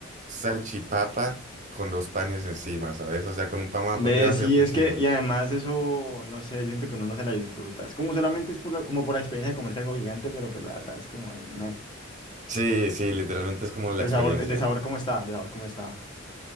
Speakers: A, on the right; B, on the left.
A: salchipapa con dos panes encima, ¿sabes? O sea, con un pan ma-
B: Ve,
A: debajo
B: Sí. sí,
A: y otro
B: es
A: encima.
B: que, y además eso, no sé, yo siento que uno no se la disfruta. Es como solamente es por la, como por la experiencia de comerse algo gigante, pero pues la verdad es como ahí, meh.
A: Sí, sí, literalmente es como la experiencia.
B: El sabor, el de sabor cómo está, de sabor cómo está.